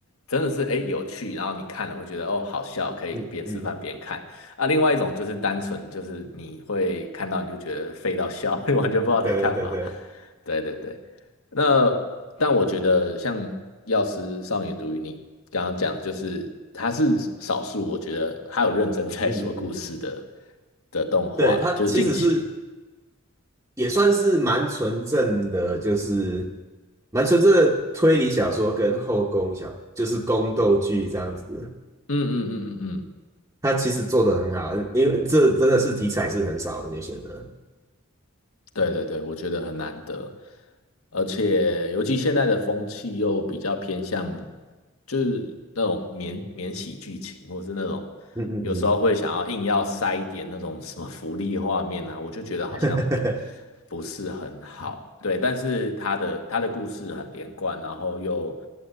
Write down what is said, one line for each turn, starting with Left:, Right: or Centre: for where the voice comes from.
Left: 真的是哎有趣，然后你看了会觉得哦好笑，可以边吃饭边看啊；
Right: 嗯嗯嗯
Left: 另外一种就是单纯就是你会看到你就觉得废到笑，<laughs> 你完全不知道在干嘛。
Right: 对对对对，
Left: 对对对，那但我觉得像《药师少女毒语》，你刚刚讲就是它是少数，我觉得它有认真在说故事的
Right: 嗯嗯嗯，
Left: 的动画啦，
Right: 对，它其实是
Left: 就是近期。
Right: 也算是蛮纯正的，就是蛮纯正的推理小说跟后宫小就是宫斗剧这样子，
Left: 嗯嗯嗯嗯嗯。
Right: 它其实做的很好，因为这真的是题材是很少人就写的。
Left: 对对对，我觉得很难得，而且尤其现在的风气又比较偏向，就是那种免免洗剧情，或是那种
Right: 嗯嗯
Left: 有时候会想要硬要塞一点那种什么福利画面啊，我就觉得好像
Right: 嗯。<laughs>
Left: 不是很好。对，但是他的他的故事很连贯，然后又